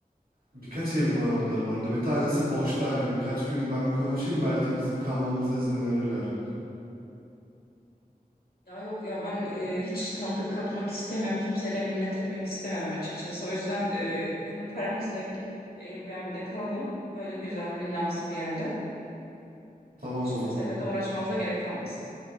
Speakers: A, on the right (about 70°); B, on the left (about 80°).
A: Birkaç evi var onların orada. Bir tanesi boşta hani birkaç gün ben bir konuşayım belki bizim kalmamıza izin verirler.
B: Ya yok ya ben e, hiç tanıdık katmak istemiyorum. Kimseye de minnet etmek istemiyorum açıkçası. O yüzden e, kendi paramızla gidip Airbnb'de kalalım. Böyle güzel villamsı bir yerde.
A: Tamam
B: Hiç
A: o zaman.
B: kimseyle de uğraşmamıza gerek kalmasın.